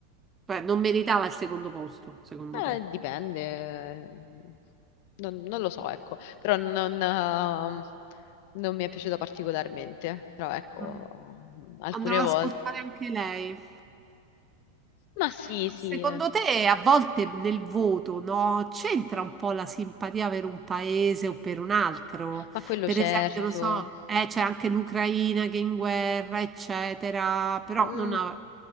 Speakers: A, on the right; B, on the left.
A: Beh, non meritava il secondo posto, secondo
B: Eh,
A: te.
B: dipende. mm, Non, non lo so, ecco. Però non, ehm, non mi è piaciuta particolarmente. Però ecco,
A: Mm.
B: alcune
A: Andrò ad
B: volte.
A: ascoltare anche lei.
B: Ma sì,
A: Ma
B: sì,
A: Secondo
B: eh.
A: te, a volte nel voto, no, c'entra un po' la simpatia per un paese o per un altro?
B: ma quello
A: Per
B: certo.
A: esempio, non so, eh, c'è anche l'Ucraina che è in guerra, eccetera, però
B: Mm,
A: non ha